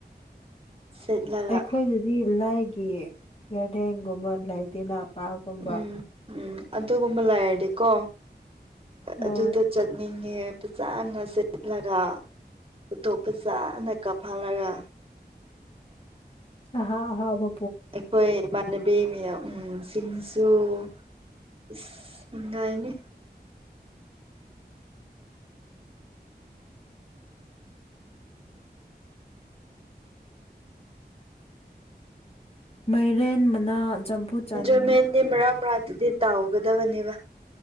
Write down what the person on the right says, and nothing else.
ꯁꯦꯠꯂꯒ
ꯎꯝ ꯎꯝ ꯑꯗꯨꯒꯨꯝꯕ ꯂꯩꯔꯗꯤꯀꯣ
ꯑꯗꯨꯗ ꯆꯠꯅꯤꯡꯉꯦ ꯐꯖꯅ ꯁꯦꯠꯂꯒ ꯎꯣꯊꯣꯞ ꯐꯖꯅ ꯀꯥꯞꯍꯜꯂꯒ
ꯑꯩꯈꯣꯏ ꯏꯃꯥꯟꯅꯕꯤ ꯃꯌꯥꯝ ꯎꯁꯤꯡ ꯑꯣꯉꯥꯏꯅꯦ
ꯑꯦꯟꯖꯣꯏꯃꯦꯟꯗꯤ ꯃꯔꯥ ꯃꯔꯥꯇꯗꯤ ꯇꯥꯎꯒꯗꯕꯅꯦꯕ